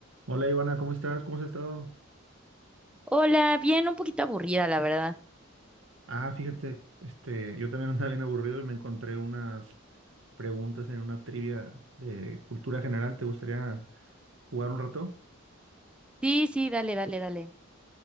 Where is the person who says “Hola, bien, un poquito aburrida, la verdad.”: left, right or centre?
Centre